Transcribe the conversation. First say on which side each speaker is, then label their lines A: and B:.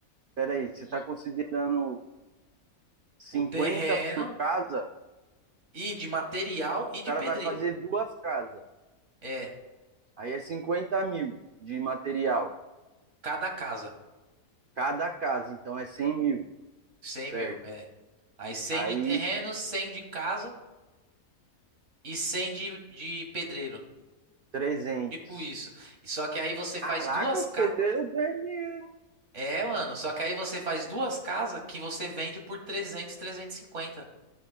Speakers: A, on the right; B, on the right.
A: peraí. Você está
B: Hum.
A: considerando 50
B: O terreno
A: por casa,
B: e de material e
A: o
B: de
A: cara
B: pedreiro.
A: vai fazer duas casas.
B: É,
A: Aí é 50 mil de material,
B: cada casa.
A: cada casa, então é 100 mil,
B: cem
A: certo?
B: mil, é. Aí 100
A: Aí
B: de terreno, 100 de casa e 100 de, de pedreiro.
A: 300.
B: Tipo isso. Só que aí você faz
A: Caraca,
B: duas
A: o
B: ca...
A: pedreiro ganha dinheiro,
B: É, mano, só que aí você faz duas casas que você vende por trezentos, trezentos e cinquenta